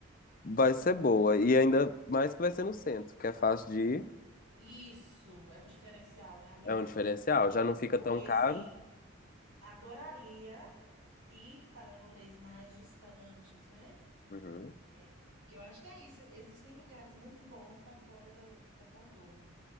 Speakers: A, on the left; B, on the right.
A: vai ser boa. E ainda mais que vai ser no centro, que é fácil de ir.
B: Isso, é um diferencial, né, amigo?
A: É um diferencial. Já não fica
B: Porque,
A: tão
B: assim,
A: caro.
B: adoraria ir para rolês mais distantes, né?
A: Uhum.
B: É, porque eu acho que é isso. Existem lugares muito bons para fora do, da Contorno,